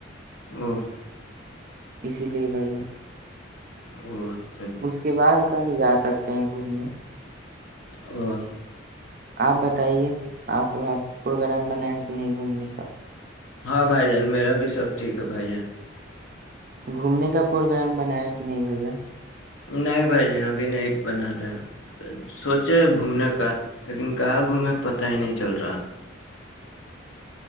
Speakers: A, on the left (about 75°); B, on the right (about 45°).
A: او <unintelligible>
B: اسی لیے بھائی
A: اور <unintelligible>
B: اس کے بعد کہیں جا سکتے ہیں گھومنے <unintelligible>
A: اور <unintelligible>
B: آپ بتائیے آپ <unintelligible> اور آپ پروگرام بنائےیں <unintelligible> نہیں گھومنے کا <unintelligible>
A: ہاں بھائی جان میرا بھی سب ٹھیک ہے بھائی جان
B: گھومنے کا پروگرام بنایا کہ نہیں ہوائے گا
A: نہیں بھائی جین ابھی نہیں بنا رہے سوچے ہے گھومنے کا لیکن کہاں گھومے پتا ہی نہیں چل رہا